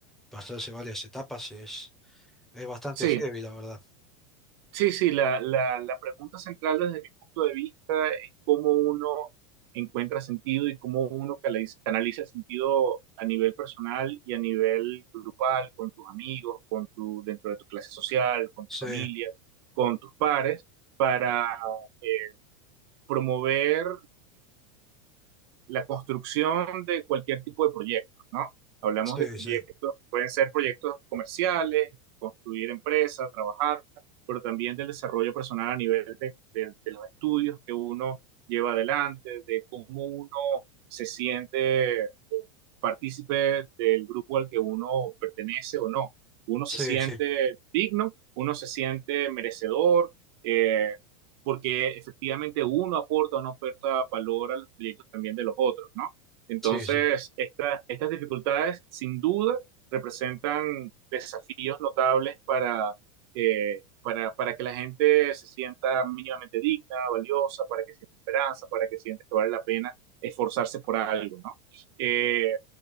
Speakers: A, in the centre; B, on the right (about 45°).
A: pasarse varias etapas y es, es bastante
B: Sí,
A: heavy, la verdad.
B: sí, sí, la, la, la pregunta central desde mi punto de vista es cómo uno encuentra sentido y cómo uno canaliza canaliza el sentido a nivel personal y a nivel grupal, con tus amigos, con tu, dentro de tu clase social, con
A: Sí,
B: tu familia, con tus pares, para eh, promover la construcción de cualquier tipo de proyecto, ¿no? Hablamos
A: sí,
B: de proyectos,
A: sí,
B: pueden ser proyectos comerciales, construir empresas, trabajar, pero también del desarrollo personal a nivel de, de, de los estudios que uno lleva adelante, de cómo uno se siente eh, partícipe del grupo al que uno pertenece o no. Uno se
A: sí,
B: siente
A: sí,
B: digno, uno se siente merecedor, eh, porque efectivamente uno aporta, o no aporta valor a los proyectos también de los otros, ¿no? Entonces,
A: sí, sí, sí,
B: esta, estas dificultades sin duda representan desafíos notables para, eh, para, para que la gente se sienta mínimamente digna, valiosa, para que sienta esperanza, para que sienta que vale la pena esforzarse por algo, ¿no? Eh,